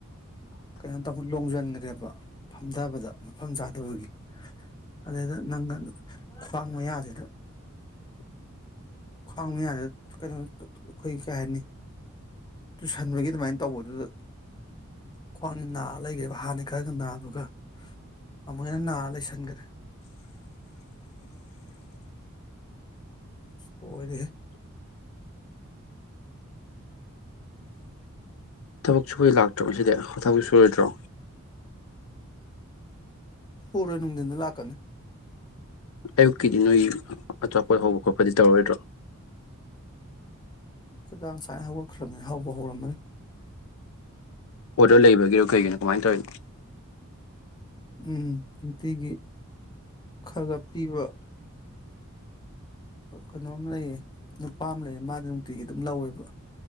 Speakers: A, on the left; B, on the left.
A: ꯀꯩꯅꯣ ꯇꯧ ꯂꯣꯡꯁꯤꯟꯈ꯭ꯔꯦꯕ ꯐꯝꯊꯕꯗ ꯃꯐꯝ ꯆꯥꯗꯕꯒꯤ ꯑꯗꯨꯗ ꯅꯪꯒ ꯈ꯭ꯋꯥꯡ ꯃꯌꯥꯁꯤꯗ ꯈ꯭ꯋꯥꯡ ꯃꯌꯥꯗ ꯊꯨ ꯀꯩꯅꯣ ꯑꯩꯈꯣꯏ ꯀꯩ ꯍꯥꯏꯅꯤ ꯇꯨꯁꯟꯕꯒꯤ ꯑꯗꯨꯃꯥꯏꯅ ꯇꯧꯕꯗꯨꯗ ꯈ꯭ꯋꯥꯡꯁꯤ ꯅꯥꯔ ꯂꯩꯈ꯭ꯔꯦꯕ ꯍꯥꯟꯅꯩ ꯈꯔꯒ ꯅꯥꯕꯒ ꯑꯃꯨꯛ ꯍꯟꯅ ꯅꯥꯔ ꯂꯩꯁꯟꯒꯔꯦ ꯂꯣꯏꯗꯦ
B: ꯊꯕꯛ ꯁꯨꯕꯣꯏ ꯂꯥꯛꯇ꯭ꯔꯕꯁꯤꯗꯤ ꯊꯕ ꯁꯣꯏꯨꯔꯣꯏꯗ꯭ꯔꯣ
A: ꯁꯨꯔꯦ ꯅꯨꯡꯊꯤꯟꯗ ꯂꯥꯛꯀꯅꯤ
B: ꯑꯌꯨꯛꯀꯤꯗꯤ ꯅꯣꯏ ꯑꯆꯥꯄꯣꯠ ꯍꯧꯕ ꯈꯣꯠꯄꯗꯤ ꯇꯧꯔꯔꯣꯏꯗ꯭ꯔꯣ
A: ꯈꯨꯣꯏꯗꯥꯡ ꯁꯨꯋꯥꯥꯏꯅ ꯍꯧꯒꯠꯈ꯭ꯔꯅꯤ ꯍꯧꯕ ꯍꯧꯔꯝꯃꯅꯤ
B: ꯑꯣꯔꯗꯔ ꯂꯩꯕꯒꯤꯔꯣ ꯀꯩꯒꯤꯅꯣ ꯀꯃꯥꯏꯅ ꯇꯧꯔꯤꯅꯣ
A: ꯎꯝ ꯅꯨꯡꯇꯤꯒꯤ ꯈꯔꯒ ꯄꯤꯕ ꯀꯩꯅꯣꯝ ꯂꯩꯌꯦ ꯅꯨꯄꯥ ꯑꯃ ꯂꯩꯌꯦ ꯃꯥꯗꯤ ꯅꯨꯡꯇꯤꯒꯤ ꯑꯗꯨꯝ ꯂꯧꯋꯦꯕ